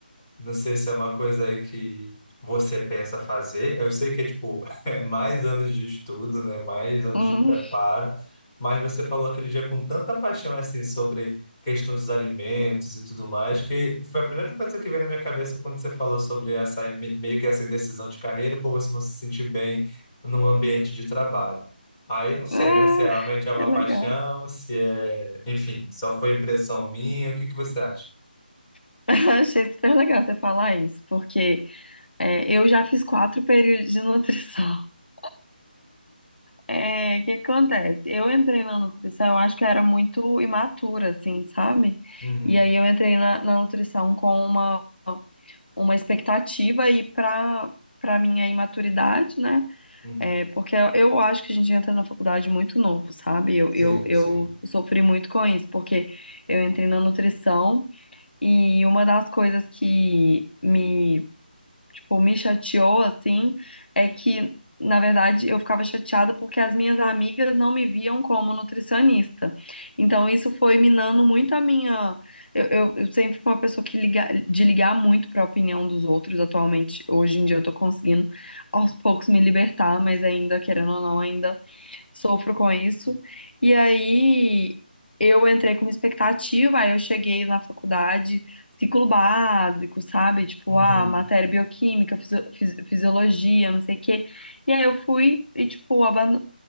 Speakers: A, on the left; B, on the left.
A: Não sei se é uma coisa aí que você pensa fazer. Eu sei que é tipo <laughs> é mais anos de estudo, né? Mais anos
B: Hum,
A: de preparo. Mas você falou aquele dia com tanta paixão assim sobre questões dos alimentos e tudo mais, que foi a primeira coisa que veio na minha cabeça quando você falou sobre essa me- meio que essa indecisão de carreira por você não se sentir bem num ambiente de trabalho. Aí não sei,
B: ah,
A: né? Se é- realmente é uma
B: que legal.
A: paixão, se é, enfim, só foi impressão minha. O que que você acha?
B: <laughs> Achei super legal você falar isso, porque é, eu já fiz quatro períodos de nutrição. <laughs> É, o que acontece? Eu entrei na nutrição, eu acho que eu era muito imatura, assim, sabe?
A: Uhum,
B: E aí eu entrei na, na nutrição com uma, uma expectativa e para para minha imaturidade, né?
A: uhum.
B: É, porque eu acho que a gente entra na faculdade muito novo, sabe? Eu,
A: Sim,
B: eu, eu
A: sim.
B: sofri muito com isso, porque eu entrei na nutrição e uma das coisas que me tipo, me chateou, assim, é que, na verdade, eu ficava chateada porque as minhas amigas não me viam como nutricionista. Então, isso foi minando muito a minha. Eu, eu, eu sempre fui uma pessoa que liga, de ligar muito para a opinião dos outros. Atualmente, hoje em dia, eu tô conseguindo aos poucos me libertar, mas ainda, querendo ou não, ainda sofro com isso. E aí eu entrei com uma expectativa, aí eu cheguei na faculdade, ciclo básico, sabe? Tipo,
A: Uhum,
B: ah, matéria bioquímica, fisio- fisi- fisiologia, não sei o quê. E aí eu fui e, tipo, aban-